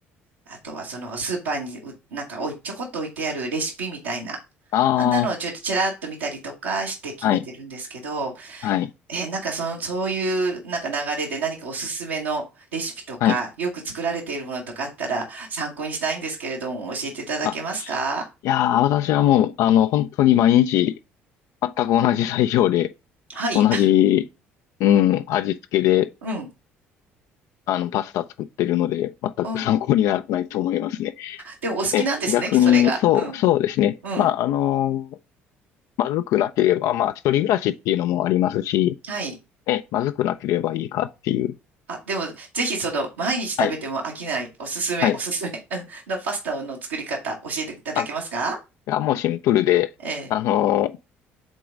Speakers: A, on the right; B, on the left.
A: あとは、その、スーパーにう、なんかおい、ちょこっと置いてあるレシピみたいな、
B: ああ、
A: あんなのをちょっとちらっと見たりとかして決めてるんですけど、
B: はい。はい。
A: えーなんかその、そういうなんか流れで何かおすすめのレシピとか、
B: はい。
A: よく作られているものとかあったら参考にしたいんですけれども、教えていただけますか
B: あ、いやー、私はもう、あの、本当に毎日、全く同じ材料で、
A: はい。
B: 同じ、
A: <laughs>
B: うん、味付けで、
A: うん。
B: あの、パスタ作ってるので、全く参考にならないと思いますね。
A: うん。でもお好きなんですね、
B: え、逆に、
A: それが。
B: そう、
A: うん。
B: そうですね。
A: うん。
B: まあ、あの、まずくなければ、まあ、一人暮らしっていうのもありますし、
A: はい。
B: え、まずくなければいいかっていう。
A: あ、でも、ぜひその、毎日食べても飽きない、
B: はい。
A: おすすめ、
B: はい。
A: おすすめ <laughs> あののパスタの作り方、教えていただけますか
B: あ、いや、もうシンプルで、
A: ええ
B: あの